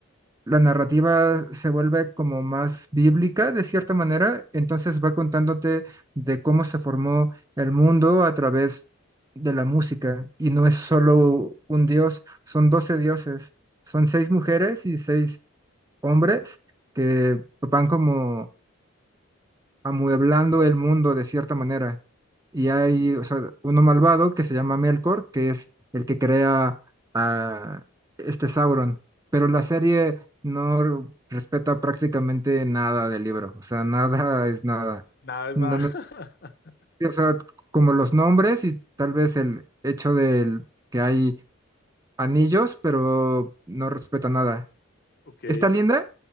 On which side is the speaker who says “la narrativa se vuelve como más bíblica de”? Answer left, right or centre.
Right